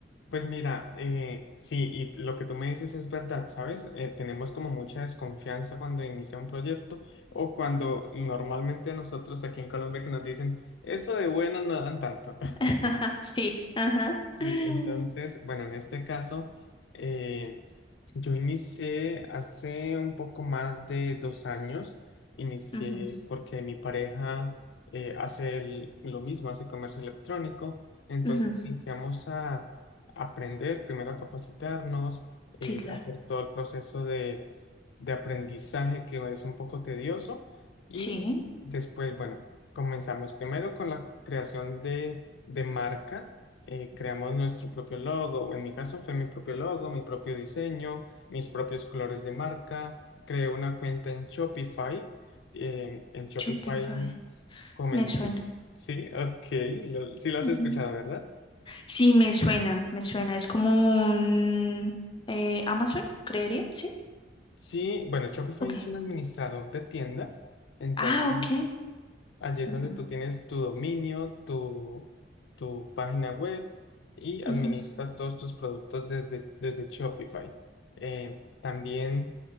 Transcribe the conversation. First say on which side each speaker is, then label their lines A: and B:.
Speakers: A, on the left (about 80°); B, on the left (about 25°).
A: Pues mira, eh, sí, y lo que tú me dices es verdad, ¿sabes? Eh, tenemos como mucha desconfianza cuando inicia un proyecto o cuando normalmente nosotros aquí en Colombia que nos dicen, eso de bueno no dan tanto.
B: <laughs> Ajá, sí, ajá.
A: Sí,
B: <laughs>
A: entonces, bueno, en este caso, eh, yo inicié hace un poco más de dos años, inicié
B: Ujú,
A: porque mi pareja eh, hace el- lo mismo, hace comercio electrónico, entonces
B: ujú,
A: iniciamos a aprender, primero a capacitarnos, eh,
B: Sí, claro.
A: hacer todo el proceso de, de aprendizaje que es un poco tedioso y
B: Sí,
A: después, bueno, comenzamos primero con la creación de de marca eh, creamos nuestro propio logo. En mi caso fue mi propio logo, mi propio diseño, mis propios colores de marca. Creé una cuenta en Shopify. Eh, en Shopify
B: Shopify,
A: comencé.
B: me suena.
A: Sí, ok, lo- sí lo has
B: Ujú.
A: escuchado, ¿verdad?
B: Sí, me suena, me suena. Es como un eh, Amazon, creería, ¿sí?
A: Sí, bueno, Shopify
B: Ok.
A: es un administrador de tienda. Entonces,
B: Ah, ok.
A: Allí es
B: Ujú,
A: donde tú tienes tu dominio, tu, tu página web y administras
B: ujú,
A: todos tus productos desde, desde Shopify. Eh, también,